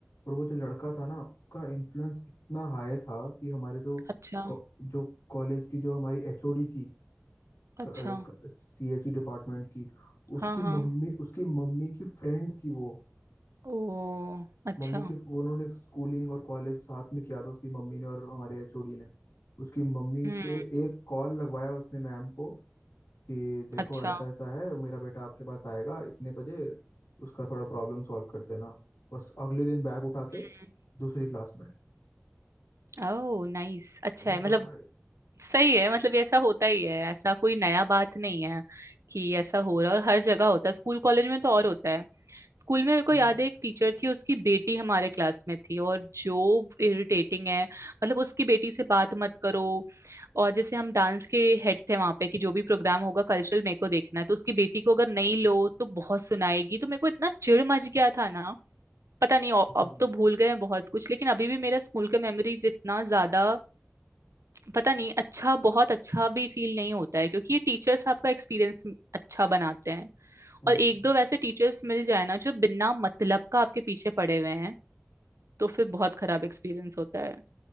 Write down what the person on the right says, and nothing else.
अच्छा
अच्छा
हाँ
हाँ
ओ अच्छा
हम्म
अच्छा
हम्म
ओह नाइस अच्छा है
मतलब सही है मतलब ये ऐसा होता ही है ऐसा कोई नया बात नहीं है कि ऐसा हो रहा है और हर जगह होता है स्कूल कॉलेज में तो और होता है स्कूल में मेरे को
याद है एक टीचर थी उसकी बेटी हमारे क्लास में थी और जो इरिटेटिंग है मतलब उसकी बेटी से बात मत करो और जैसे हम डांस के हेड थे वहां पे कि जो भी प्रोग्राम होगा कल्चरल मेरे को देखना है तो उसकी बेटी को अगर नहीं लो तो बहुत सुनाएगी तो मेरे को इतना चिढ़ मच गया था ना पता नहीं औ-
अब तो भूल गए हैं बहुत कुछ लेकिन अभी भी मेरा स्कूल का मेमोरीज इतना ज्यादा पता नहीं अच्छा बहुत अच्छा भी फील नहीं होता है क्योंकि ये टीचर्स आपका एक्सपीरियंस अच्छा बनाते हैं
और एक दो वैसे टीचर्स मिल जाए ना जो बिना मतलब का आपके पीछे पड़े हुए हैं तो फिर बहुत खराब एक्सपीरियंस होता है